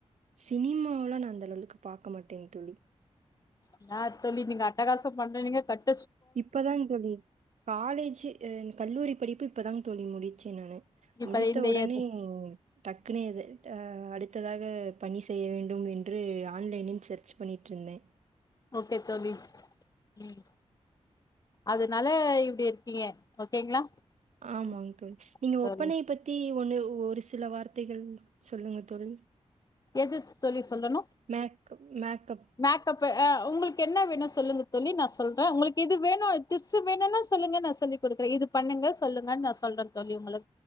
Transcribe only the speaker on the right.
சினிமாவல்லா நா அந்த அளவுளுக்கு பாக்க மாட்டேங் தோழி
இப்பதாங் தோழி காலேஜ்ஜு என் கல்லூரி படிப்பு இப்பதாங் தோழி முடிச்சே நானு
முடித்த
ஒடனே
டக்குனே இது அடுத்ததாக பணி செய்ய வேண்டும் என்று ஆன்லைனில் சர்ச் பண்ணிட்டுருந்தே
ஆமாங்
தோழி நீங்க
ஒப்பனைைய பத்தி ஒண்ணு ஒரு சில வார்த்தைகள் சொல்லுங்க தோழி
மேக் மேக்கப்